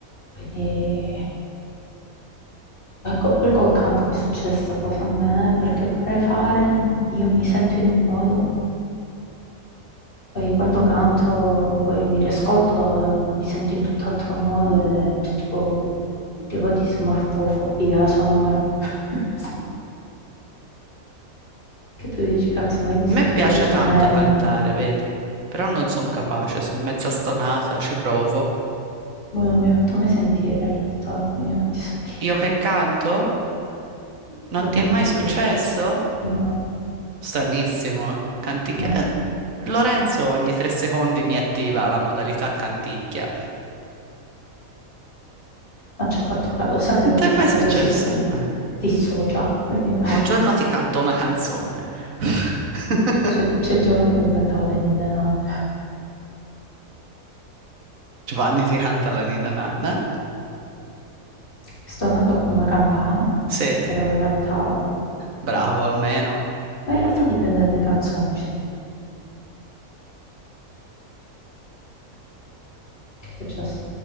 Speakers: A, on the left (about 35°); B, on the right (about 65°).
A: Quindi, ma co- pure col canto mi succede sta cosa a me perché vorrei fare, io mi sento in un modo Poi quando canto, poi mi riascolto, eh, mi sento in tutt'altro modo ed è t- tipo, tipo di smorfofobia sonora. <laughs> Sì. Che tu dici, cazzo, ma io mi
B: me
A: sento
B: piace
A: la voce
B: tanto
A: mai.
B: cantare, vedi? Però non sono capace, sono mezza stonata, ci provo.
A: Boh, non mi ha fatto mai sentire in realtà, quindi non ti so dire,
B: Io che canto?
A: non
B: Non
A: ti ho
B: ti
A: mai
B: è mai
A: sentito.
B: successo?
A: No,
B: Stranissimo. eh. Canticchia.
A: no,
B: eh, Lorenzo ogni tre secondi mi attiva la modalità canticchia.
A: non ci ho fatto caso. Lo so che
B: Non
A: il
B: ti
A: mio
B: è
A: cervello
B: mai successo?
A: si s-
B: Eh.
A: dissocia, quindi <laughs>
B: Un giorno ti canto una canzone. <laughs>
A: c'è c'è Giovanni che mi cantava le ninne nanne.
B: Giovanni ti canta la Nina Nanna.
A: Stonato come una campana,
B: Sì, eh,
A: però le cantava.
B: bravo almeno.
A: Ma in realtà dipende dalle canzoni. ci sono- Che è successo?